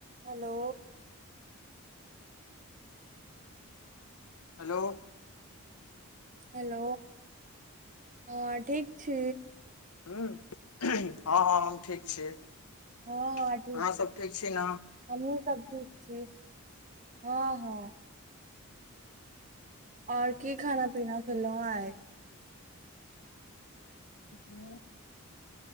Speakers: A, on the right; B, on the left.
A: Hello
B: hello
A: hello हँ ठीक छी
B: हँ हँ हम ठीक छी
A: हँ अ <unintelligible>
B: अहाँ सब ठीक छी न
A: हमहूँ सब ठीक छी हँ हँ और की खाना पीना खेलहुँ आय
B: <unintelligible>